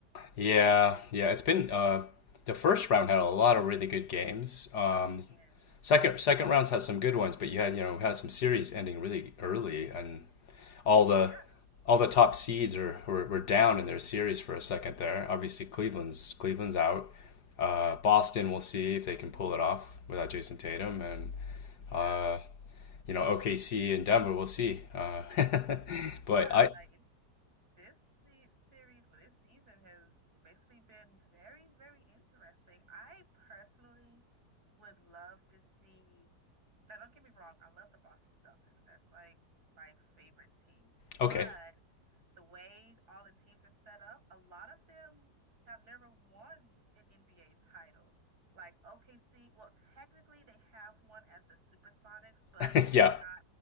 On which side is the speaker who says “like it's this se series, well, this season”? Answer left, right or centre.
Right